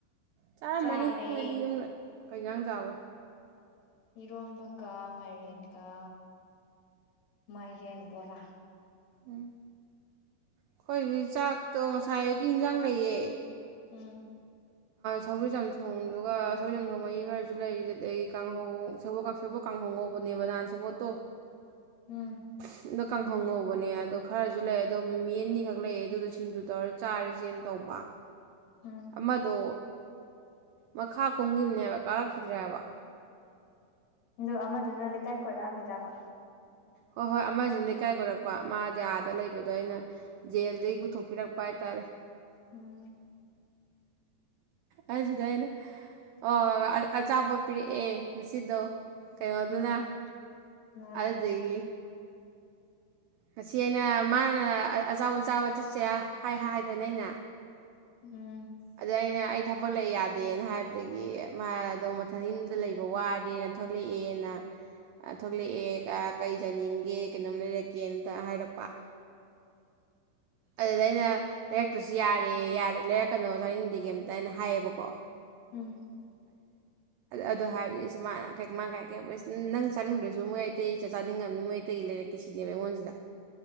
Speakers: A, on the right; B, on the left.
A: ꯆꯥꯔꯝꯃꯅꯤ
B: ꯆꯥꯔꯦ
A: ꯅꯣꯏꯗꯤ ꯌꯨꯝꯗ ꯀꯩꯌꯥꯥꯡ ꯆꯕ
B: ꯏꯔꯣꯝꯕꯀ ꯃꯥꯏꯔꯦꯟꯒ ꯃꯥꯏꯔꯦꯟ ꯕꯣꯔꯥ
A: ꯎꯝ ꯑꯩꯈꯣꯏꯗꯤ ꯆꯥꯛꯇꯣ ꯉꯁꯥꯏ ꯑꯒꯤ ꯌꯦꯟꯖꯥꯡ ꯂꯩꯌꯦ
B: ꯎꯝ
A: ꯁꯧꯒꯔꯤ ꯆꯝꯊꯣꯡꯗꯨꯒ ꯁꯧꯒꯔꯤ ꯆꯝꯊꯣꯡ ꯃꯍꯤ ꯈꯔꯁꯨ ꯂꯩꯔꯤꯁꯤ ꯑꯩ ꯀꯥꯡꯍꯧ ꯁꯦꯕꯣꯠ ꯀꯥꯡꯍꯧ ꯉꯧꯕꯅꯦꯕ ꯅꯍꯥꯟ ꯁꯦꯕꯣꯠꯇꯣ
B: ꯎꯝ
A: ꯁꯨꯝ ꯀꯥꯡꯍꯧ ꯉꯧꯕꯅꯦ ꯑꯗꯣ ꯈꯔꯁꯨ ꯂꯩ ꯑꯗꯣ ꯃꯤꯃꯤ ꯑꯅꯤꯈꯛ ꯂꯩꯦ ꯑꯗꯨꯗꯣ ꯁꯤꯡꯖꯨ ꯇꯧꯔ ꯆꯥꯔꯁꯦꯅ ꯇꯧꯕ
B: ꯎꯝ
A: ꯑꯃꯗꯣ ꯃꯈꯥ ꯀꯨꯝꯒꯤꯝꯅꯦꯕ ꯀꯥꯔꯛꯈꯤꯗ꯭ꯔꯦꯕ
B: ꯑꯗꯨ ꯑꯃꯗꯨꯅ ꯂꯩꯀꯥꯏ ꯀꯣꯏꯔꯛ ꯑꯝꯃꯤꯔꯕ
A: ꯍꯣꯏ ꯍꯣꯏ ꯑꯃꯁꯤꯅ ꯂꯩꯀꯥꯏ ꯈꯣꯏꯔꯛꯄ ꯃꯥ ꯌꯥꯗ ꯂꯩꯕꯗꯣ ꯑꯩꯅ ꯖꯦꯜꯗꯒꯤ ꯄꯨꯊꯣꯛ ꯄꯤꯔꯛꯄ ꯍꯥꯏꯇꯥꯔꯦ
B: ꯎꯝ
A: ꯑꯗꯨꯗ ꯑꯩꯅ ꯑꯣ ꯑꯆꯥꯄꯣꯠ ꯄꯤꯔꯛꯑꯦ ꯉꯁꯤꯗꯣ ꯀꯩꯅꯣꯗꯨꯅ
B: ꯎꯝ ꯀꯅꯥꯅ
A: ꯑꯗꯨꯗꯒꯤ ꯉꯁꯤ ꯑꯩꯅ ꯃꯥꯅ ꯑꯖꯥꯎ ꯑꯖꯥꯎ ꯆꯠꯁꯦ ꯍꯥꯏ ꯍꯥꯏꯗꯅ ꯑꯩꯅ
B: ꯎꯝ
A: ꯑꯗ ꯑꯩꯅ ꯑꯩ ꯊꯕꯛ ꯂꯩ ꯌꯥꯗꯦꯅ ꯍꯥꯏꯕꯗꯒꯤ ꯃꯥ ꯑꯗꯣ ꯃꯊꯪ ꯌꯨꯝꯗ ꯂꯩꯕ ꯋꯥꯔꯦꯅ ꯊꯣꯛꯂꯛꯑꯦꯅ ꯊꯣꯛꯂꯛꯑꯦ ꯀꯩꯖꯅꯤꯡꯒꯦ ꯀꯩꯅꯣꯝ ꯂꯩꯔꯛꯀꯦꯅꯇ ꯍꯥꯏꯔꯛꯄ ꯑꯗꯨꯗ ꯑꯩꯅ ꯂꯩꯔꯛꯇ꯭ꯔꯁꯨ ꯌꯥꯔꯦ ꯂꯩꯔꯛꯀꯅꯣ ꯆꯥꯅꯤꯡꯗꯦ ꯀꯩꯝ ꯑꯝꯇ ꯑꯩꯅ ꯍꯥꯏꯌꯦꯕꯀꯣ
B: ꯎꯝ
A: ꯑꯗꯣ ꯍꯥꯏꯕꯗꯤ ꯃꯥꯁ ꯅꯪ ꯆꯥꯅꯤꯡꯗ꯭ꯔꯁꯨ ꯃꯣꯏ ꯑꯇꯩ ꯆꯥꯅꯤꯡꯉꯕꯅꯤ ꯃꯣꯏ ꯑꯇꯩꯒꯤ ꯂꯩꯔꯛꯀꯦ ꯁꯤꯅꯦꯕ ꯑꯩꯉꯣꯟꯁꯤꯗ